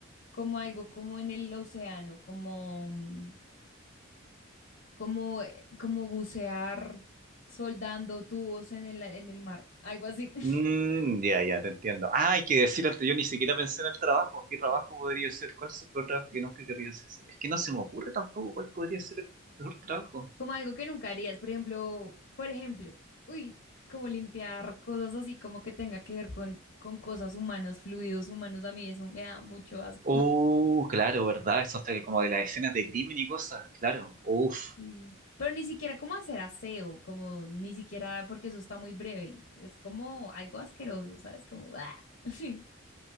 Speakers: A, on the left (about 55°); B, on the right (about 40°).
A: como algo como en el océano, como, mm, como, eh, como bucear soldando tubos en el, en el mar, algo así, <laughs>
B: Mm, ya, ya, te entiendo. Ah, hay que decir antes, yo ni siquiera pensé en el trabajo. ¿Qué trabajo podría ser? ¿Cuál es el peor trabajo que nunca querría hacer? Es que no se me ocurre tampoco cuál podría ser el peor trabajo.
A: como algo que nunca harías, por ejemplo, por ejemplo, uy, como limpiar cosas así como que tenga que ver con, con cosas humanas, fluidos humanos, a mí eso me da mucho asco.
B: Oh, claro, ¿verdad? Eso hasta como de las escenas de crimen y cosas, claro. Uf.
A: Sí. Pero ni siquiera como hacer aseo, como ni siquiera porque eso está muy breve. Es como algo asqueroso, ¿sabes? Como... ¡ah! <laughs>